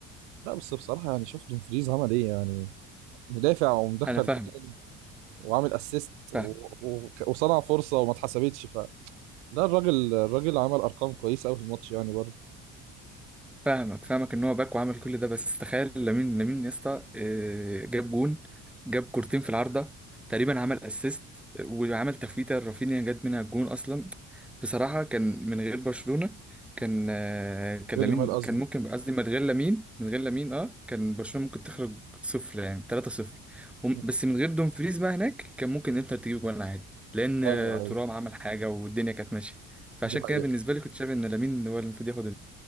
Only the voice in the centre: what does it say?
انا فاهمك
فاهم
فاهمك فاهمك ان هو باك وعمل كل ده بس تخيل لامين لامين يا اسطى آه، جاب جون جاب كورتين في العارضه تقريبا عمل اسيست وعمل تفويته رافينيا جت منها الجون اصلا بصراحه كان من غير برشلونه كان آه، كان
لامين
كان ممكن قصدي من غير لامين من غير لامين اه كان برشلونه ممكن تخرج صفر يعني 3 صفر وم-
بس من غير دومفريز بقى هناك كان ممكن انتر تجيب جون عادي لان آه،
ترام عمل حاجه والدنيا كانت ماشيه فعشان
كده بالنسبه لي كنت شايف ان لامين هو اللي المفروض ياخد